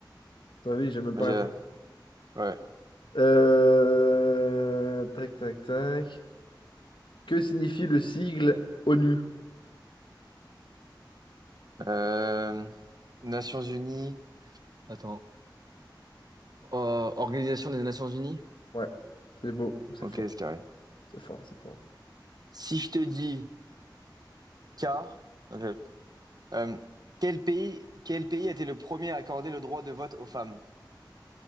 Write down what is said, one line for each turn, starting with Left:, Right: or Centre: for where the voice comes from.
Left: T'as vu, j'ai même pas
Right: J'ai-
Left: répondu.
Right: Ouais.
Left: Euh, Tac, tac, tac. Que signifie le sigle ONU?
Right: Euh, Nations Unies. Attends. Euh, Organisation des Nations Unies?
Left: Ouais, c'est beau, c'est
Right: Ok,
Left: fort.
Right: c'est carré.
Left: C'est fort, c'est fort.
Right: Si je te dis K, non, euh, quel pays, quel pays a été le premier à accorder le droit de vote aux femmes?